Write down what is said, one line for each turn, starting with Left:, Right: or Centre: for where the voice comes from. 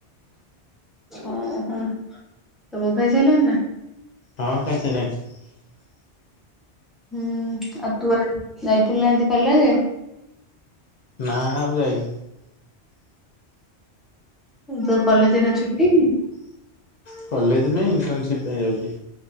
Centre: ହ ହ ସବୁ ଖାଇ ସାରିଲଣି ନା?
Left: ହଁ ଖାଇସାରିଲେଣି।
Centre: ହୁଁ ଆଉ ତୁ ଯାଇଥିଲୁ ନା ଆଜି କଲେଜ?
Left: ନା ଆଉ ଯାଇନି।
Centre: ତୋ କଲେଜ୍‌ ଏଇନା ଛୁଟି କି?
Left: କଲେଜ ନାଇ ଇଣ୍ଟର୍ନସିପ୍ ପାଇଁ ଯାଉଛି।